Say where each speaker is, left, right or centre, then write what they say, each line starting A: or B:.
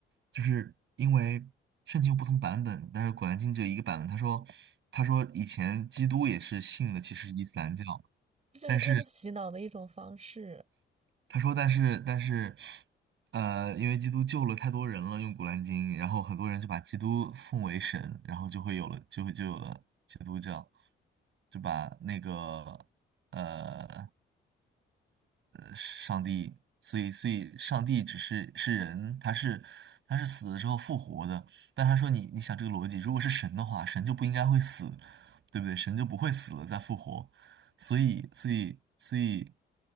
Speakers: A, on the right; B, on the right.
A: 就是因为圣经有不同版本，但是《古兰经》只有一个版本。他说，他说以前基督也是信的，其实是伊斯兰教，
B: 这就是他们洗脑的一种方式，
A: 但是。他说，但是但是，呃，因为基督救了太多人了，用《古兰经》，然后很多人就把基督奉为神，然后就会有了，就会就有了基督教，就把那个呃上帝，所以所以上帝只是是人，他是他是死了之后复活的。但他说你你想这个逻辑，如果是神的话，神就不应该会死，对不对？神就不会死了再复活，所以所以所以